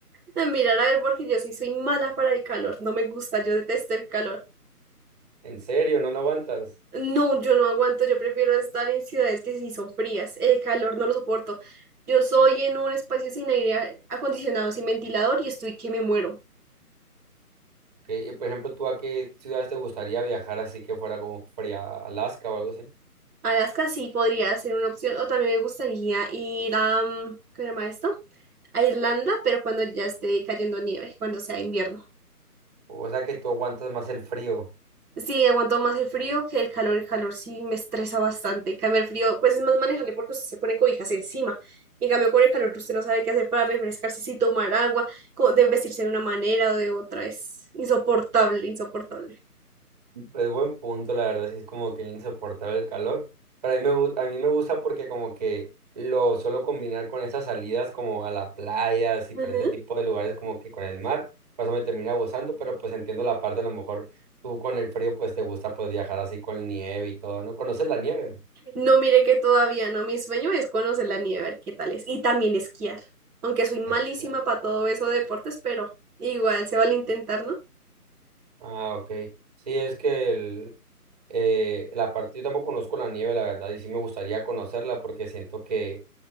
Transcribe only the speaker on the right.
¿En serio? ¿No lo aguantas?
Que, y, por ejemplo, ¿tú a qué ciudades te gustaría viajar así que fuera como fría Alaska o algo así?
O sea que tú aguantas más el frío.
Pues buen punto, la verdad, sí es como que insoportable el calor. Pero a mí me, gu- a mí me gusta porque como que lo suelo combinar con esas salidas como a la playa, así, diferente
tipo de lugares como que con el mar. Por eso me termina gustando, pero pues entiendo la parte, a lo mejor tú con el frío pues te gusta pues viajar así con nieve y todo, ¿no? ¿Conoces la nieve?
Es que
Ah, ok. Sí, es que el, eh, la parte, yo tampoco conozco la nieve, la verdad, y sí me gustaría conocerla porque siento que,